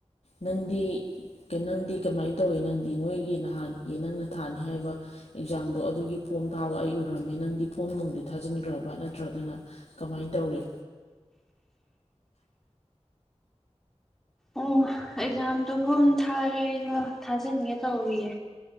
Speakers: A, on the left; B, in the centre.
A: ꯅꯪꯗꯤ ꯅꯪꯗꯤ ꯀꯃꯥꯏꯅ ꯇꯧꯋꯤ ꯅꯪꯗꯤ ꯅꯣꯏꯒꯤ ꯅꯍꯥꯟꯒꯤ ꯅꯪꯅ ꯊꯥꯅꯤ ꯍꯥꯏꯕ ꯑꯦꯛꯖꯥꯝꯗꯣ ꯑꯗꯨꯒꯤ ꯐꯣꯝ ꯊꯥꯕ ꯑꯩ ꯎꯔꯝꯃꯤ ꯅꯪꯗꯤ ꯐꯣꯝ ꯅꯨꯡꯗꯤ ꯊꯥꯖꯤꯟꯈ꯭ꯔꯕ ꯅꯠꯇ꯭ꯔꯒꯅ ꯀꯃꯥꯏ ꯇꯧꯔꯤ꯫
B: ꯑꯣ ꯑꯦꯛꯖꯥꯝꯗꯣ ꯐꯨꯝ ꯊꯥꯔꯦ ꯑꯩꯖꯨ ꯊꯥꯖꯤꯟꯒꯦ ꯇꯧꯔꯤꯌꯦ